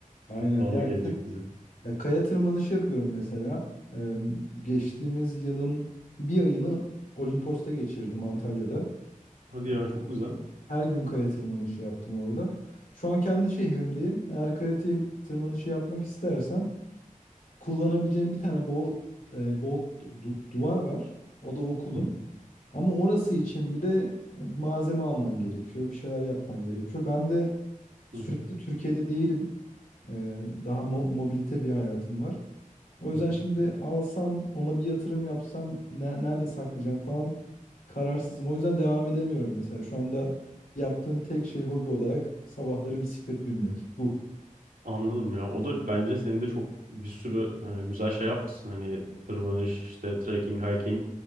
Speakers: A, on the left (about 85°); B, on the right (about 80°).
A: Aynen.
B: çok pahalı
A: Ya
B: gelecek
A: işte,
B: bize.
A: e, kaya tırmanışı yapıyorum mesela. E, geçtiğimiz yılın bir ayını Olimpos'ta geçirdim Antalya'da.
B: Hadi
A: Ya,
B: ya çok güzel.
A: Her gün kaya tırmanışı yaptım orada. Şu an kendi şehrimdeyim. Eğer kaya tı- tırmanışı yapmak istersem kullanabileceğim bir tane bol e, bol du- duvar var. O da okulun.
B: Hı
A: Ama orası için bir de malzeme alman gerekiyor, bir şeyler yapman gerekiyor. Ben de sürekli
B: hı
A: Türkiye'de değilim. Ee, daha mo- mobilite bir hayatım var. O yüzden
B: hı hı.
A: şimdi alsam, ona bir yatırım yapsam, ne- nerede saklayacağım falan kararsızım. O yüzden devam edemiyorum mesela. Şu anda yaptığım tek şey hobi olarak sabahları bisiklet binmek. Bu.
B: Anladım ya. O da bence senin de çok bir sürü hani güzel şey yapmışsın. Hani tırmanış, işte trekking, hiking.